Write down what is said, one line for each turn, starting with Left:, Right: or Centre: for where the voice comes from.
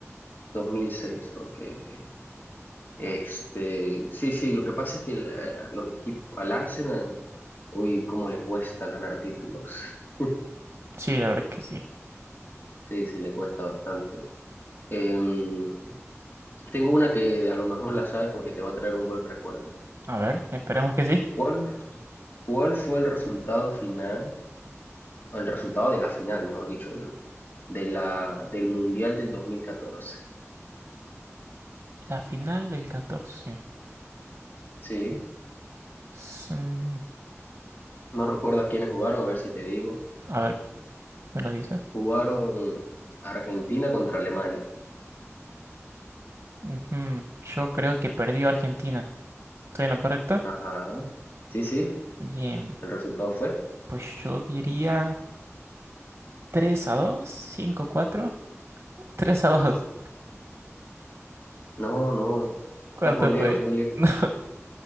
Left: 2006. ok, ok. Este, sí, sí, lo que pasa es que eh, los equipos, al Arsenal, uy, cómo le cuesta ganar títulos. <laughs>
Right: Sí, la verdad es que sí.
Left: Sí, sí, le cuesta bastante. Em, tengo una que a lo mejor la sabes porque te va a traer un buen recuerdo.
Right: A ver, esperemos que sí.
Left: ¿Cuál, cuál fue el resultado final, o el resultado de la final, mejor dicho, el- de la, del Mundial del dos mil catorce
Right: La final del catorce.
Left: Sí,
Right: Son-
Left: no recuerdas quiénes jugaron, a ver si te digo.
Right: A ver, ¿me lo dices?
Left: Jugaron Argentina contra Alemania.
Right: Ujú, Yo creo que perdió Argentina. ¿Estoy en lo correcto?
Left: Ajá, sí, sí,
Right: Bien,
Left: el resultado fue.
Right: pues yo diría 3 a dos, cinco a 4. 3 <laughs> a 2.
Left: No, no, estás
Right: ¿Cuánto
Left: muy lejos,
Right: fue?
Left: muy
Right: <laughs>
Left: lejos.
Right: No,